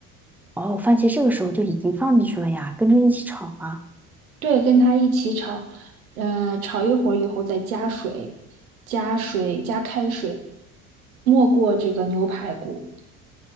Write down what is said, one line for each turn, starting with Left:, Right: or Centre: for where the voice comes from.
Centre: 哦，番茄这个时候就已经放进去了呀，跟着一起炒啊。
Right: 对，跟它一起炒，呃，炒一会儿以后再加水，加水加开水，没过这个牛排骨。